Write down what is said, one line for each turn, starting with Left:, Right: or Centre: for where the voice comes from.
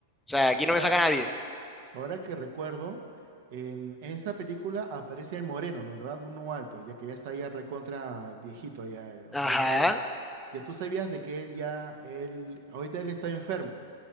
Centre: O sea, aquí no
Right: Ahora,
Centre: me saca nadie.
Right: ahora que recuerdo, en esa película aparece el moreno, ¿verdad? Uno alto, ya que ya está ya recontra viejito, ya,
Centre: Ajá.
Right: ya está ya. Ya tú sabías de que él ya, él, ahorita él está enfermo.